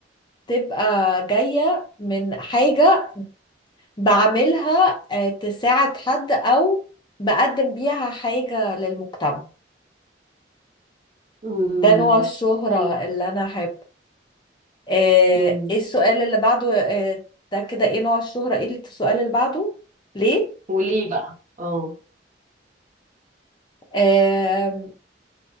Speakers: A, on the left (about 25°); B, on the right (about 45°).
A: تبقى جايه من حاجه بعملها آه، تساعد حد او بقدم بيها حاجه للمجتمع
B: مم.
A: ده نوع الشهرة
B: حلو
A: اللي انا احب آه،
B: مم.
A: ايه السؤال اللي بعده آه، ده كده ايه نوع الشهرة ايه السؤال اللي بعده ليه
B: وليه بقى؟ اه
A: آه،